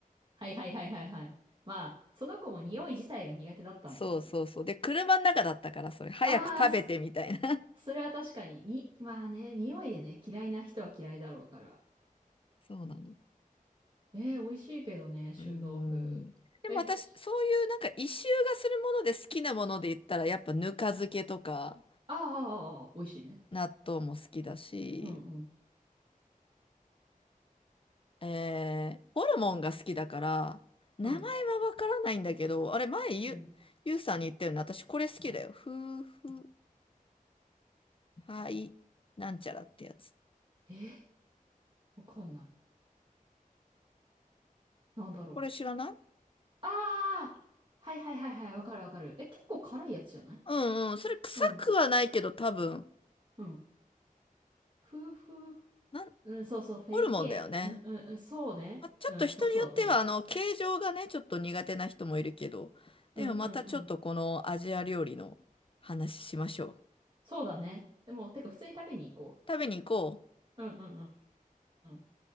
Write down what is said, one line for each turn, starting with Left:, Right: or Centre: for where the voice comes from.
Right: はいはいはいはいはい。まあ、その子も匂い自体が苦手だったんだろうね。
Left: そうそうそう。で、車の中だったから、それ、早く食べてみたいな。
Right: ああ、そそれは確かに。に、まあね、匂いでね、嫌いな人は嫌いだろうから。
Left: <laughs> そうなの。
Right: えー、美味しいけどね、臭豆腐。
Left: うーん。でも私、
Right: え、し
Left: そういうなんか一周がするもので好きなもので言ったら、やっぱぬか漬けとか、
Right: あーあー、あーあー、ああ美味しいね。
Left: 納豆も好きだし、
Right: うんうん。
Left: えー、ホルモンが好きだから、名前はわからないんだけど、
Right: うん。
Left: あれ、前ゆ、
Right: うん。
Left: ゆうさんに言ったよね。私、これ好きだよ。夫婦、はい、なんちゃらってやつ。
Right: えーわかんない。なんだろう。
Left: これ知らない
Right: ああ、はいはいはいはい、わかるわかる。え、結構辛いやつじゃない
Left: うんうん。それ臭くはないけど多分、
Right: うん、うん。夫婦、
Left: なん、
Right: うん、そうそう、フェイピエン。
Left: ホルモンだよね。
Right: うんうんうん、そうね。
Left: あ、ちょっと人によっては、
Right: うん、そうそうだと思う。
Left: あの、形状がね、ちょっと苦手な人もいるけど。でもまたちょっとこのアジア料理の話しましょう。
Right: うんうんうん。そうだね。でも、てか普通に食べに行こ
Left: 食べに行こう。
Right: う。うんうんうんうん。